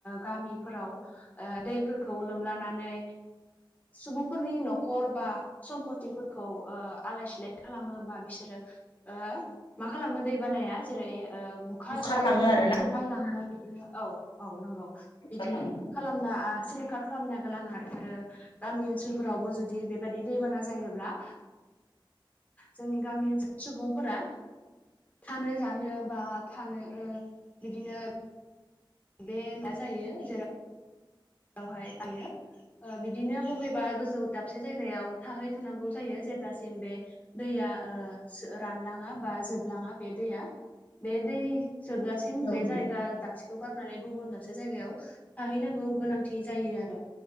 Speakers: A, on the left; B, on the left.
A: गामिफोराव ओ दैफोरखौ लोमलानानै सुबुंफोरनि न'खर बा सम्पतफोरखौ आलाय सिलाय खालामो। बा बिसोरो ओ मा खालामो दैबानाया जेरै ओ बुखा
B: खारलाङो आ
A: सेफाय लाङो बिदिनो औ औ नंगौ
B: बुखारलाङो
A: बिदिनो
B: औ
A: खालामना सिलिंखार खालामना गालाङो आरो आरो गामि ओनसोलफोरावबो जुदि बेबायदि दैबाना जायोब्ला जोंनि गामि ओनसोल सुबुंफोरा थानो जानो बा थानो ओ बिदिनो बे मा <unintelligible> जायो जेराव बेवहाय आयो ओ बिदिनो बबेबा गोजौ दाबसे जायगायाव थाहैथ'नांगौ जायो जेब्लासिम बे दैया ओ रानलाङा बा जोबलाङा बे दैया बे दै जोबजा सिम
B: नंगौ
A: बे जायगा दाबसेखौ गारनानै गुबुन दाबसे जायगायाव थाहैनांगौ गोनां थि जायो आरो